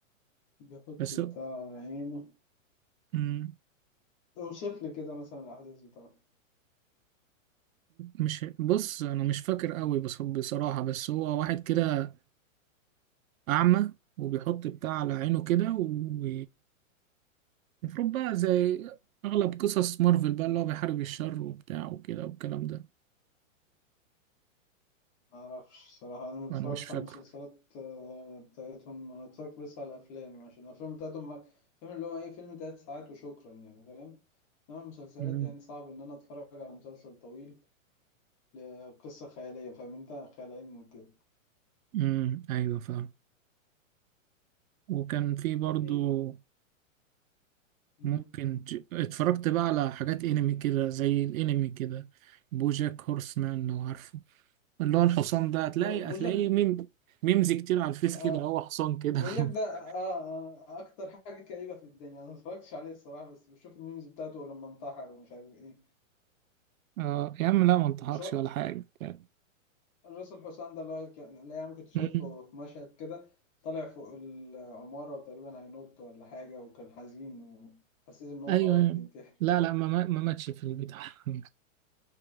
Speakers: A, on the left (about 25°); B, on the right (about 80°).
A: بيحط
B: بس
A: بتاع عينه
B: مم.
A: اوصف لي كده مثلا الاحداث بتاعته
B: مش بص انا مش فاكر قوي بس بصراحة بس هو واحد كده اعمى وبيحط بتاع على عينه كده ومفروض بقى زي اغلب قصص مارفل بقى اللي هو بيحارب الشر وبتاع وكده والكلام ده
A: ما اعرفش صراحة انا ما بتفرجش
B: وانا مش فاكره
A: على المسلسلات آه، بتاعتهم انا اتفرجت بس على الافلام عشان الافلام بتاعتهم فيلم اللي هو ايه فيلم تلات ساعات وشكرا يعني فاهم انما المسلسلات
B: امم
A: يعني صعب ان انا اتفرج على مسلسل طويل لقصة خيالية فاهم انت خيال علمي وكده
B: أمم، ايوه فاهم وكان في برضو
A: ايه مهم.
B: ممكن ج... اتفرجت بقى على حاجات انمي كده زي الانمي كده بوجاك هورسمان لو عارفه اللي هو الحصان ده هتلاقي
A: ب- بوجك
B: هتلاقيه ميم ميمز كتير على الفيس
A: آه.
B: كده هو حصان كده
A: بوجك ده
B: <laughs>
A: آه آه اكتر حاجة كئيبة في الدنيا انا ما اتفرجتش عليه الصراحة بس بشوف الميمز بتاعته لما انتحر ومش عارف ايه
B: اه يا عم لا ما انتحرش
A: مش هو
B: ولا حاجة يعني.
A: الراس الحسام ده اللي هو كان اللي يعني كنت شايفه
B: أمم.
A: في مشهد كده طالع فوق العمارة وتقريبا هينط ولا حاجة وكان حزين وحسيت إن هو
B: ايوه
A: خلاص
B: ايوه
A: بينتحر
B: لا لا ما ما ما ماتش في البتاع <laughs>